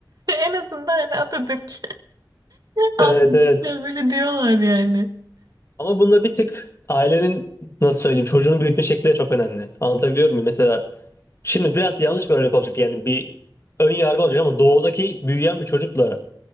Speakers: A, on the right; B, on the left.
A: <laughs> en azından hani Atatürk Anladım.
B: Evet evet.
A: Böyle diyorlar yani.
B: Ama bunda bir tık ailenin nasıl söyleyeyim çocuğunu büyütme şekli de çok önemli. Anlatabiliyor muyum? Mesela şimdi biraz yanlış bir örnek olacak yani bir ön yargı olacak ama doğudaki büyüyen bir çocukla